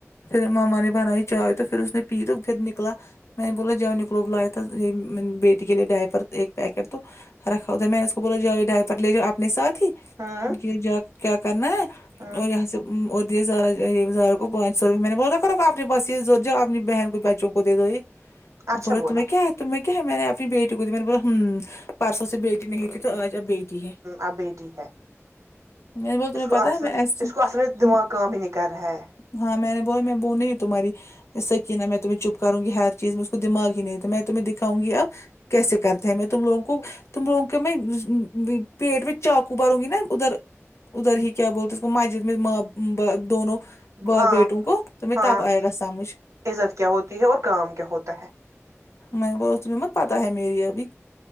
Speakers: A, on the left; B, on the right.
A: پھر ماما نے بنائی چائے تو پھر اس نے پی تو پھر نکلا میں نے بولا جاو نکلو لیا تھا ایک بیٹی کے لیے ڈائپر ایک پیکٹ تو رکھا ہو تھا میں نے اس کو بولا جاؤ ڈائپر لے جاؤ اپ نے ساتھ ہی
B: ہوں
A: یہ جب کیا کرنا ہے
B: ہوں
A: اور یہاں سے اور دیے سارا یہزارہ کو پانچ سو روپئے میں نے بولا کرو آپنے بس یہ زور جؤ اپنی بہن کو بچوں کو دے دو یہ
B: اچھا
A: بولے
B: بولا
A: تمہیں کیا ہے تمہیں کیا ہے میں نے اپنی بیٹی کو دی میں نے بولا ہوں پرسوں سے بیٹی نہیں تھی تو آج اب بیٹی ہے
B: آ بیٹی ہے
A: میں نے بولا تمہیں
B: اس کو
A: پتا
B: اصل
A: ہے میں ایسی
B: اس کو اصل میں دماغ
A: ہوں
B: کام ہی نہیں کر رہا ہے
A: ہاں میں نے بولا میں بولا میں وہ نہیں ہوں تمہاری سکینہ میں تمہیں چپ کروں گی ہر چیز میں اس کو دماغ ہی نہیں تھا میں تمہیں دکھاؤں گی اب کیسے کرتے ہیں میں تم لوگوں کو تم لوگوں کے میں و پیٹ میں چاقو ماروں گی نا ادھر ادھر ہی کیا بولتے اس کو مسجد میں ما با دونوں باپ
B: ہاں
A: بیٹوں کو تمہیں
B: ہاں
A: تب آئے گا سمجھ
B: عزت کیا ہوتی ہے اور کام کیا ہوتا ہے
A: میں نے بولا تمہیں مت پتا ہے میری ابھی